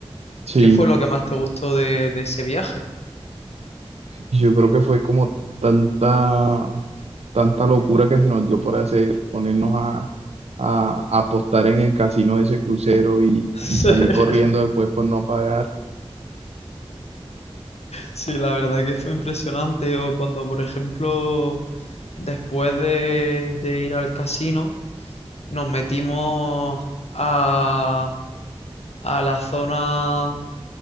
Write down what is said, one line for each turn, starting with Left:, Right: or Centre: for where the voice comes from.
Right: sí,
Left: ¿Qué fue lo que más te gustó de, de ese viaje?
Right: yo creo que fue como tanta, tanta locura que se nos dio por hacer, ponernos a, a- a apostar en el casino de ese crucero y,
Left: <laughs>
Right: y salir corriendo después por no pagar.
Left: Sí, la verdad que fue impresionante. O cuando, por ejemplo, después de, de ir al casino, nos metimos a, a la zona